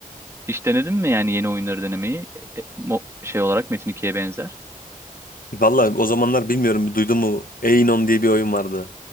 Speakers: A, on the right (about 20°); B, on the left (about 75°).
A: Hiç denedin mi yani yeni oyunları denemeyi? E, e, mo- şey olarak Metin 2'ye benzer.
B: Valla o zamanlar bilmiyorum duydun mu? Einon diye bir oyun vardı.